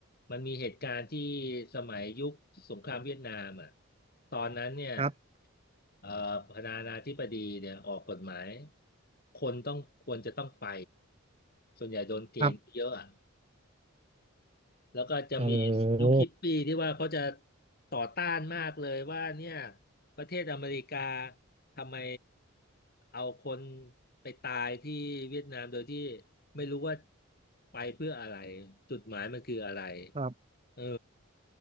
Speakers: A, on the left; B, on the right.
A: มันมีเหตุการณ์ที่สมัยยุคสงครามเวียดนามอ่ะตอนนั้นเนี่ย
B: ครับ
A: เอ่อประธานาธิบดีเนี่ยออกกฎหมายคนต้องควรจะต้องไปส่วนใหญ่โดนเกณฑ์เยอะอะ
B: ครับ
A: แล้วก็จะมียุคฮิปปี้ที่ว่าเขาจะ
B: โอ้
A: ต่อต้านมากเลยว่าเนี่ยประเทศอเมริกาทำไมเอาคนไปตายที่เวียดนามโดยที่ไม่รู้ว่าไปเพื่ออะไรจุดหมายมันคืออะไร
B: ครับ
A: เออ